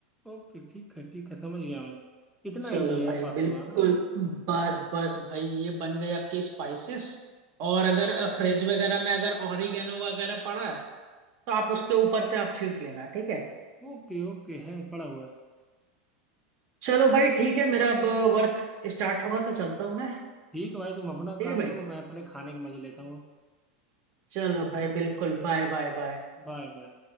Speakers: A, in the centre; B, on the right.
A: ओके ठीक है ठीक है समझ गया मैं इतना
B: चलो
A: ईजी है यार
B: भाई
A: पास्ता
B: बिल्कुल
A: बनाना
B: बस बस भाई ये बन गए आपके स्पाइसेस और अगर फ्रिज वगैरह में अगर ऑरिगेनो वगैरह पड़ा है तो आप उसके ऊपर से आप छीट लेना ठीक है
A: ओके ओके है पड़ा हुआ है
B: चलो भाई ठीक है मेरा अब वर्क स्टार्ट होगा तो चलता हूँ मैं
A: ठीक है भाई तुम अपना
B: ठीक
A: काम
B: है भाई
A: करो मैं अपने खाने के मजे लेता हूँ
B: चलो भाई बिल्कुल बाय बाय बाय
A: Bye bye